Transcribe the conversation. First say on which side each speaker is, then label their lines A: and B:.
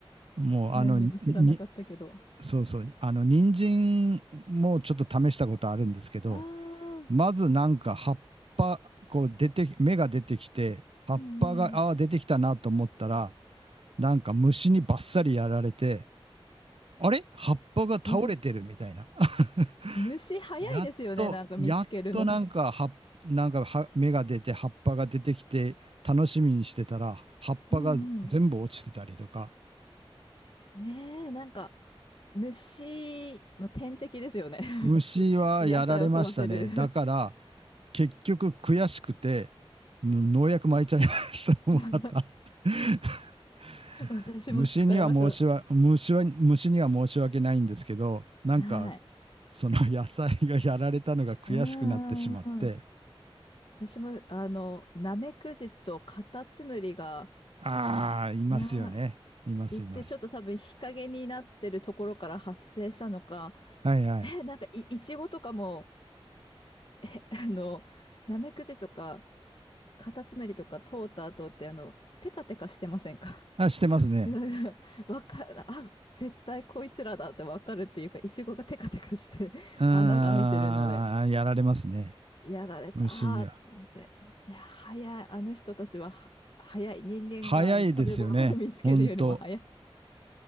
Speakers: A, on the right; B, on the left.
A: もうあのに、
B: 何も知らなかったけど。あ
A: そうそう。あの、人参もちょっと試したことあるんですけど、
B: あ、
A: まずなんか葉っぱ、こう出て、芽が出てきて、葉っぱが、
B: うんうん。
A: あー出てきたなと思ったら、なんか虫にバッサリやられて、あれ葉っぱが倒れてるみたいな。
B: <laughs>
A: <laughs>
B: 虫早いですよね、
A: やっと、
B: なんか見つけるの。
A: やっとなんか葉っ、なんかは芽が出て、葉っぱが出てきて、楽しみにしてたら、葉っぱが全部落ちてたりとか、
B: うんうん。ねえ、なんか、虫、まあ、天敵ですよね。
A: 虫はやられましたね。
B: <laughs> し野菜を育てる
A: だから、結局悔しくて、農薬撒いちゃいましたもんまた
B: <laughs>
A: <laughs>。
B: 私も使いました。
A: 虫には申しわ虫は虫には申し訳ないんですけど、なんか
B: はい。
A: その野菜がやられたのが悔しくなってしまって、
B: うんうんうん私も、あの、ナメクジとカタツムリが、
A: ああ、いますよね。
B: な、
A: います、
B: 言ってちょっと多分日陰になってるところから発生したのか、
A: います。はいはい。
B: え、なんかい、いちごとかも、<laughs> あの、ナメクジとか、カタツムリとか通った後って、あの、テカテカしてませんか
A: あ、してますね。
B: <laughs> わか、あ、絶対こいつらだってわかるっていうか、いちごがテカテカして穴が開いてるので。
A: ああ、やられますね。
B: やられたーと思って。
A: 虫には。
B: いや、早い。あの人たちはは早い。人間があの食べ頃を見つけるよりも早い。
A: 早いですよね。ほんと。